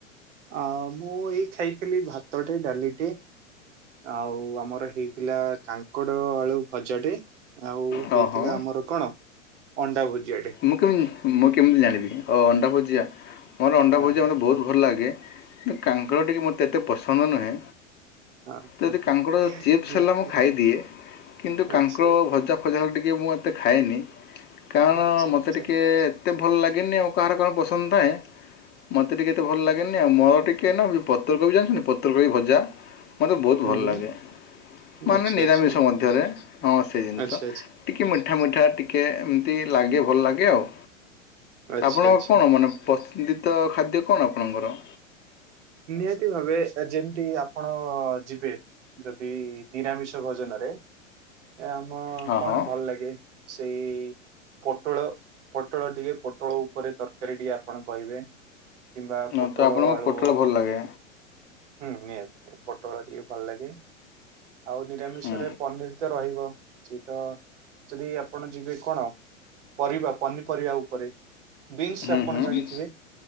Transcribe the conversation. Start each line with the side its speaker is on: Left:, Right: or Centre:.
Right: ଆ ମୁଁ ଏଇ ଖାଇଥିଲି ଭାତଟେ ଡାଲିଟେ ଆଉ ଆମର ହେଇଥିଲା କାଙ୍କଡ଼ ଆଳୁ ଭଜାଟେ। ଆଉ
Left: ହଁ
Right: ହେଇଥିଲା
Left: ହଁ
Right: ଆମର କଣ ଅଣ୍ଡା ଭୁଜିଆଟେ।
Left: ମୁଁ କେମିତି ମୁଁ କେମିତି ଜାଣିବି ଓ ଅଣ୍ଡା ଭୁଜିଆ, ମୋର ଅଣ୍ଡା
Right: ହୁଁ
Left: ଭୁଜିଆ
Right: ହୁଁ
Left: ମୋତେ ବହୁତ
Right: ହୁଁ
Left: ଭଲ ଲାଗେ। କିନ୍ତୁ କାଙ୍କଡ଼ ଟିକେ ମୋତେ ଏତେ ପସନ୍ଦ ନୁହେଁ।
Right: ହଁ
Left: ତ
Right: ହଁ,
Left: ଯଦି କାଙ୍କଡ଼ ଚିପ୍ସ
Right: ନିହାତି।
Left: ହେଲା ମୁଁ ଖାଇଦିଏ। କିନ୍ତୁ କାଙ୍କଡ଼
Right: ଆଚ୍ଛା ଆଚ୍ଛା।
Left: ଭଜା ଫଜା ଟିକେ ମୁଁ ଏତେ ଖାଏନି। କାରଣ
Right: ଆଚ୍ଛା ଆଚ୍ଛା
Left: ଏ ଏତେ ଭଲ ଲାଗେନି ଆଉ କାହାର କଣ ପସନ୍ଦ ଥାଏ। ମୋତେ ଟିକେ ଏତେ ଭଲ୍ ଲାଗେନି ଆଉ। ମୋର ଟିକେ ନାକୁ ପତ୍ରକୋବି ଜାଣିଛନ୍ତି ପତ୍ରକୋବି ଭଜା ମୋତେ ବହୁତ
Right: ହୁଁ
Left: ଭଲ
Right: ହୁଁ
Left: ଲାଗେ। ମାନେ
Right: ଆଚ୍ଛା
Left: ନିରାମିଷ
Right: ଆଚ୍ଛା
Left: ମଧ୍ୟରେ। ହଁ ସେଇ ଜିନିଷ।
Right: ଆଚ୍ଛା ଆଚ୍ଛା
Left: ଟିକେ ମିଠା ମିଠା ଟିକେ ଏମତି ଲାଗେ ଭଲ ଲାଗେ ଆଉ।
Right: ଆଚ୍ଛା
Left: ଆପଣଙ୍କ
Right: ଆଚ୍ଛା।
Left: କଣ ମାନେ ପସନ୍ଦିତ ଖାଦ୍ୟ କଣ ଆପଣଙ୍କର?
Right: ନିହାତି ଭାବେ ଯେମିତି ଆପଣ ଯିବେ। ଯଦି ନିରାମିଷ ଭଜନରେ ଆମ
Left: ହଁ
Right: କଣ
Left: ହଁ
Right: ଭଲ ଲାଗେ ସେଇ ପୋଟଳ ପୋଟଳ ଟିକେ ପୋଟଳ ଉପରେ ତରକାରୀ ଟିକେ ଆପଣ କହିବେ? କିମ୍ବା
Left: ହଁ,
Right: ପୋଟଳ
Left: ତ ଆପଣଙ୍କୁ
Right: ଆଳୁ
Left: ପୋଟଳ ଭଲ ଲାଗେ
Right: ହୁଁ ନିହାତି ନିହାତି ପୋଟଳ ଟିକ ଭଲ ଲାଗେ ଆଉ ନିରାମିଷରେ
Left: ହୁଁ
Right: ପନିର ତ ରହିବ ସେ ତ ଯଦି ଆପଣ ଯିବେ କଣ ପରିବା ପନିପରିବା ଉପରେ ବିନ୍ସ
Left: ହୁଁ
Right: ଆପଣ
Left: ହୁଁ
Right: ଜାଣିଥିବେ